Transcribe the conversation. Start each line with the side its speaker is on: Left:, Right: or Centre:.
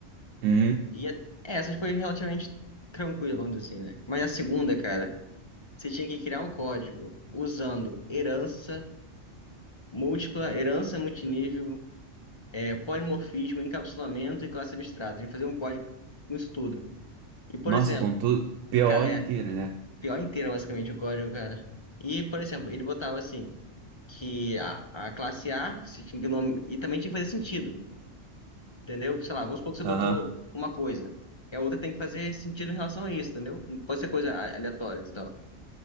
Right: Uhum.
Left: E a- é, essas foi relativamente tranquila, vamos dizer assim, né? Mas a segunda, cara, você tinha que criar um código usando herança múltipla, herança multinível, é, polimorfismo, encapsulamento e classe abstrata. A gente fazia um código com isso tudo. E, por
Right: Nossa,
Left: exemplo,
Right: com tudo. PO
Left: cara,
Right: inteiro,
Left: é
Right: né?
Left: pior inteira basicamente o código, cara. E, por exemplo, ele botava assim, que a, a classe A, que você tinha que nome... e também tinha que fazer sentido. Entendeu? Sei lá, vamos supor que você
Right: Aham.
Left: botou uma coisa. E a outra tem que fazer sentido em relação a isso, entendeu? Não pode ser coisa a- aleatória e tal.